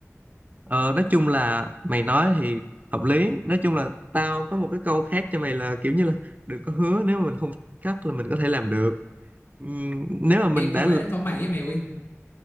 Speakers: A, on the right; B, on the left.
A: ờ, nói chung là mày nói thì hợp lý nói chung là tao có một cái câu khác cho mày là kiểu như là đừng có hứa nếu mà mình không cắt là mình có thể làm được Ừm, nếu mà mình
B: ê câu
A: đã
B: của đấy là cho mày ấy mày ơi